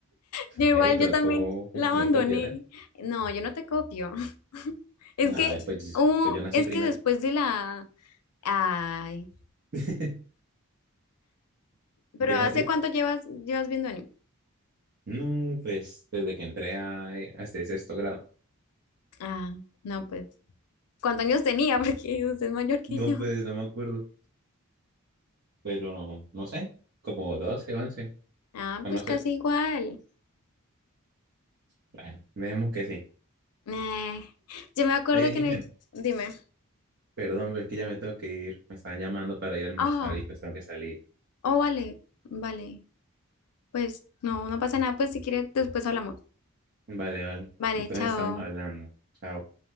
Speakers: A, on the left; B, on the right.
A: yo igual,
B: Ey, pero
A: yo también
B: tú
A: la
B: como que
A: abandoné.
B: me copias, ¿eh?
A: No, yo no te copio. <laughs> Es
B: A
A: que,
B: ver, pues,
A: hubo-
B: pues yo nací
A: es
B: primero.
A: que después de la... Ay,
B: <laughs> ¿Qué
A: pero
B: ibas
A: ¿hace
B: a decir?
A: cuánto llevas, llevas viendo anime?
B: No, pues desde que entré a, eh, a este sexto grado.
A: Ah, no, pues, ¿cuántos años tenía? <laughs> Porque usted es mayor que
B: No,
A: yo.
B: pues no me acuerdo. Pero no sé, como 12 11
A: Ah,
B: o
A: pues
B: no sé.
A: casi igual.
B: Bueno, veamos que sí.
A: Eh, yo me acuerdo
B: Oye, Jimé,
A: que en el... Dime.
B: perdón, pero es que ya me tengo que ir. Me están llamando para ir a almorzar
A: Ah,
B: y pues tengo que salir.
A: oh, vale, vale. Pues no, no pasa nada, pues si quieres después hablamos.
B: Vale, vale.
A: Vale,
B: Entonces
A: chao.
B: estamos hablando. Chao.